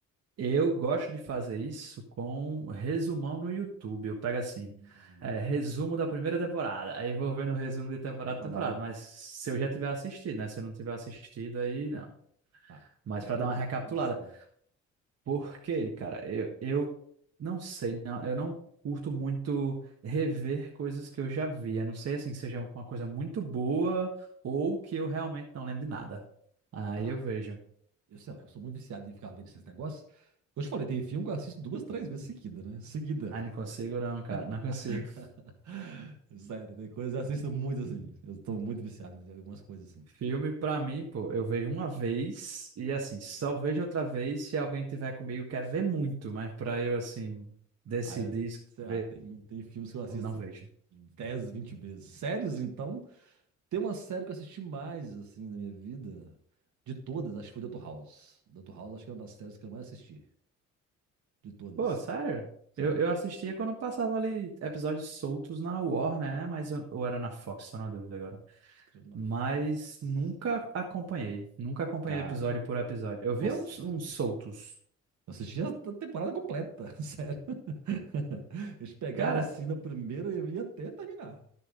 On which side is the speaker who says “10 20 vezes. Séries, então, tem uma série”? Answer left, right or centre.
Right